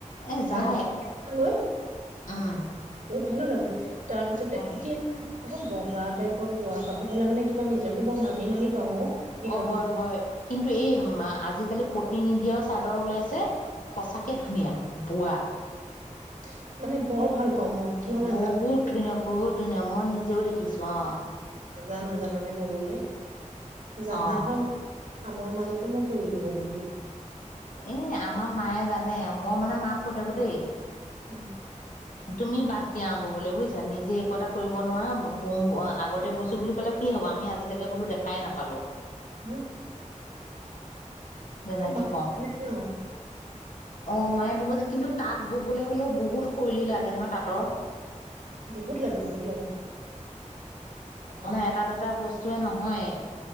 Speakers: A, on the left; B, on the right.
A: এ
B: ভাগ
A: যায়,
B: গৈ
A: উম।
B: ঐ ভালো লাগে, তাৰপিছতে
A: ভাল
B: এতিয়া অলপ বগা টাইপৰ বোৱা কাপোৰ হলে মানে কিবা নিজকে মই মানি মানি পাওঁ অ'। সেই
A: অ',
B: কাপোৰ
A: হয় হয়। কিন্তু এই আজিকালি প্ৰতি নিদিয়াও চাদৰ ওলাইছে সঁচাকে ধুনীয়া, বোৱা।
B: <inaudible> ভাল পাওঁ মই কিয় নাজানো
A: বহুত ধুনীয়া বহুত ধুনীয়া মই নিজেও দেখিছো অৱ।
B: জানো জানানে ববলে, জানা
A: অ
B: হয় কামৰ মাজতো মই কৰিলোগ কিন্তু
A: এ আমাৰ মায়ে জানে মই মানে মাক কৈ থাকো দেই।
B: উম।
A: তুমি বাদ দিয়া ববলে বুইছা নিজে একো এটা কৰিব নোৱাৰা বুম আগতে বৈছো বুলি ক'লে কি কি হ'ব আমি আজিলৈকে বোলো দেখাইে নাপালোঁ।
B: উম।
A: যেনেকে
B: অ মা
A: কওঁ।
B: জানে ন
A: অৱ মায়ে বহোতে কিন্তু তাঁত ববলৈ হলেও বহুত শৈলী লাগে নহয় তাঁতৰ।
B: বহুত লাগে বহুত লাগে।
A: মানে
B: আমাৰ মা
A: এটা দুটা বস্তুৱে নহয়ে।